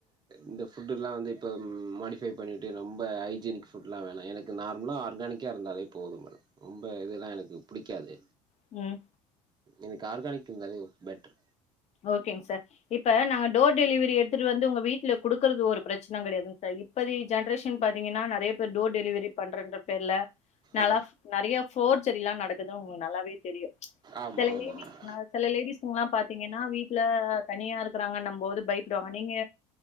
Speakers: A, on the right; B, on the left.
A: இந்த ஃபுட்டெல்லா வந்து இப்ப ம் மாடி பே பண்ணிட்டு ரொம்ப ஹஜீனிக் ஃபுடெல்லா வேணா எனக்கு நார்மலா ஆர்கானிக்கா இருந்தாலே போதும் மேடம் ரொம்ப இதெல்லா எனக்கு புடிக்காது
B: ம்
A: எனக்கு ஆர்கானிக் இருந்தாலே பெட்டர்
B: ஓகேங் சார் இப்ப நாங்க டோர் டெலிவரி எடுத்துட்டு வந்து உங்க வீட்ல குடுக்கறது ஒரு பிரச்சன கெடையாதுங் சார் இப்பதி ஜென்ரேஷன் பாத்தீங்கனா நெறயா பேர் டோர் டெலிவரி பண்றன்ற பேர்ல நல்லா
A: ஆ
B: நெறயா ஃபோர் ஜெரில்லா நடக்குது உங்களுக்கு நல்லாவே தெரியு
A: ஆமா
B: சில
A: ஆமா
B: லேடிஸ்னால்
A: ஆமா
B: சில லேடிஸ்ங்கல்லா பாத்தீங்கன்னா வீட்ல தனியா இருகறாங்கன்ம்போது பயப்படுவாங்க நீங்க